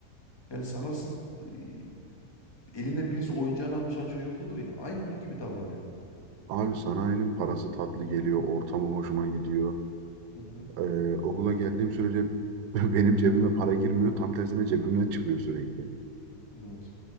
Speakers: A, on the left; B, on the right.
A: yani sanarsın e, elinden birisi oyuncağını almış hani çocuk olur ya. Aynı onun gibi davranıyorsun.
B: Abi sanayinin parası tatlı geliyor, ortamı hoşuma gidiyor.
A: Hı hı.
B: Eee, okula geldiğim sürece <laughs> benim cebime para girmiyor, tam tersine cebimden çıkıyor sürekli.
A: Evet.